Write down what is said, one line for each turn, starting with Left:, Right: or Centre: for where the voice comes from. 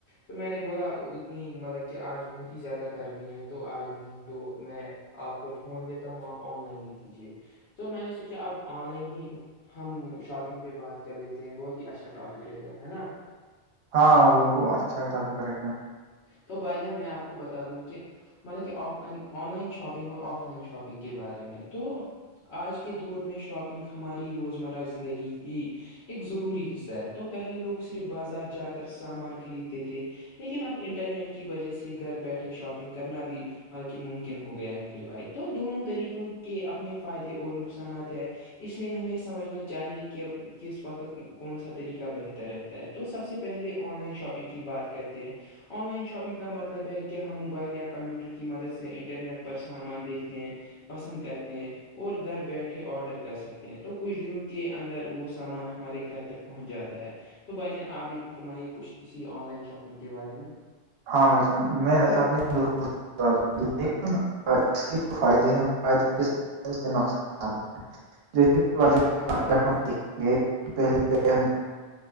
Left: تو میں نے بولا اتنی مطلب کہ آج بہت ہی زیادہ گرمی ہے تو آج نہیں تو میں آپ کو فون دیتا ہوں آپ آن لائن ہی کیجیے تو میں نے سوچا اب آن لائن ہی ہم شاپنگ پہ بات کر لیتے ہیں بہت اچھا ٹاپک رہے گا ہے نا
Right: ہاں وہ وہ اچھا ٹاپک رہے گا
Left: تو بھائی جان میں آپ کو بتا دوں کہ مطلب کہ offline online shopping اور آف لائن شاپنگ کے بارے میں تو آج کے دور میں شاپنگ ہماری روزمرہ زندگی کی ایک ضروری حصہ ہے تو پہلے لوگ صرف بازار جا کر سامان خریدتے تھے لیکن اب انٹرنیٹ کی وجہ سے گھر بیٹھے شاپنگ کرنا بھی مط کہ ممکن ہو گیا ہے میرے بھائی تو دونوں طریقوں کے اپنے فائدے اور نقصانات ہیں اس لیے ہمیں یہ سمجھنا چاہیے کہ کس وقت کون سا طریقہ بہتر رہتا ہے تو سب سے پہلے آن لائن شاپنگ کی بات کرتے ہیں آن لائن شاپنگ کا مطلب ہے کہ ہم موبائل یا کمپیوٹر کی مدد سے انٹرنیٹ پر سامان دیکھتے ہیں پسند کرتے ہیں اور گھر بیٹھے آڈر کر سکتے ہیں تو کچھ دنوں کے اندر وہ سامان ہمارے گھر تک پہنچ جاتا ہے تو بھ جان آپ بھی فرمائیے کچھ اسی آن لائن شاپنگ کے بارے میں
Right: ہاں بھائیچان میں اپنے دوست سے بات ہو رہی اس کے جو فائدے ہیں فائدے اس کے نقصان <inaudible>
Left: ہاں بھائی جان
Right: یہ پہلے گ